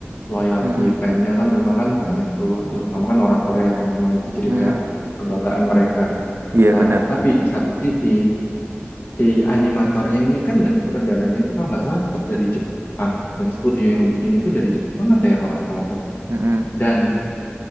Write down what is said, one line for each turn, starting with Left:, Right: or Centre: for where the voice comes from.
Left: loyalty
Right: hmm,
Left: fan-nya kan memang kan banyak tuh terutama kan orang Korea kan memang itu jadi
Right: hmm,
Left: kayak kebanggaan mereka kan.
Right: iya
Left: nah
Right: bener.
Left: tapi di satu sisi si animatornya ini kan dan sutradaranya itu kalau nggak salah tetap dari Jepang dan studio yang bikin itu dari Jepang atau ya kalau nggak salah tuh
Right: Hmm,
Left: dan